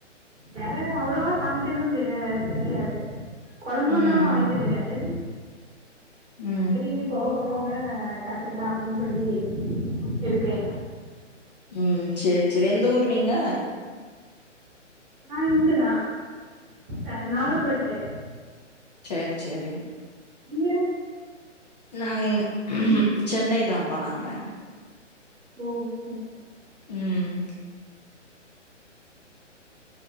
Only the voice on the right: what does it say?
வேற அவ்வளவா சமக்கெனு தெரி தெரியாது கொழம்புல்லாம்
வை தெரியாது
சரி இனி போக போக கத்துக்கலாம் அப்டின்னு சொல்லி இருக்கேன்
நா இங்கதா அ நாகர் கோவில் சைடு
நீங்க
ஓ சரி